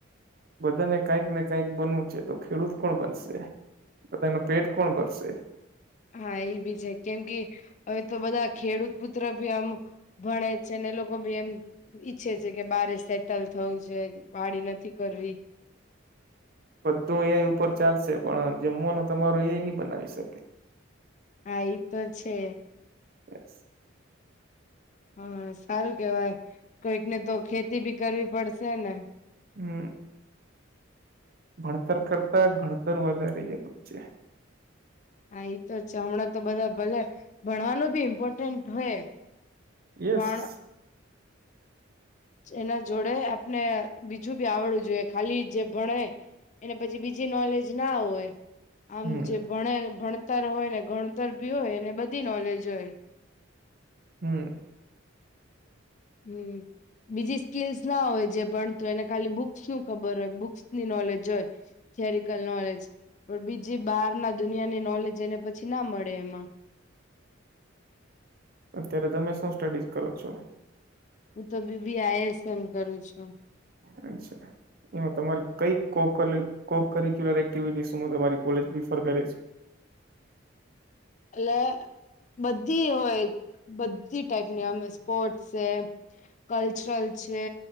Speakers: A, on the right (about 45°); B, on the left (about 35°).
A: બધાને કંઈક ને કંઈક બનવું છે, તો ખેડૂત કોણ બનશે બધાનું પેટ કોણ ભરશે.
B: હા એબી છે, કેમ કે હવે તો બધા ખેડૂતપુત્ર ભી આમ ભણે છે ને એ લોકો ભી એમ ઈચ્છે છે, કે બારે સેટલ થવું છે. પાડી નથી કરવી
A: બધું એ ઉપર ચાલશે પણ જમવાનું તમારો એ ની બનાવી શકે
B: હા ઈ તો છે
A: એસ
B: હા સારું કેવાય કોઈકને તો ખેતી ભી કરવી પડશેને,
A: હમ ભણતર કરતા ગણતર વધારે જરૂરી છે.
B: હા એ તો છે હમણાં તો બધા ભલે ભણવાનું ભી ઇમ્પોર્ટન્ટ હોય
A: યેસ
B: પણ એના જોડે આપને બીજું બી આવડવું જોઈએ ખાલી જે ભણે એને પછી બીજી નોલેજ ના હોય આમ
A: હમ
B: જે ભણે ભણતર હોય ને ગણતર ભી હોય એને બધી નોલેજ હોય
A: હમ
B: હમ બીજી સ્કીલસ ના હોય જે ભણતું હોય એને ખાલી બુક્સ નું ખબર હોય બુક્સની નોલેજ હોય થિયોરિકલ નોલેજ પણ બીજી બહાર ના દુનિયાની નોલેજ એને પછી ના મળે એમાં
A: અત્યારે તમે શું સ્ટડી કરો છો?
B: હું તો બી બી આઈ એસ એમ કરું છું.
A: અચ્છા એમાં તમારે કઈ કોક્યુલર એક્ટિવિટી તમારી કોલેજ પ્રિફર કરે છે
B: એટલે બધી હોય બધી ટાઈપની એમ સ્પોર્ટસ છે કલ્ચરલ છે